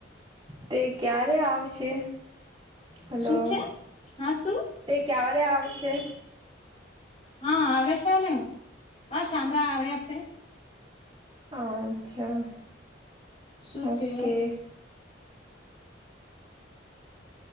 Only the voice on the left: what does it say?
શું છે હા શું
હા આવે શેને આ શામળા આવરયાશે.
શું
થયું?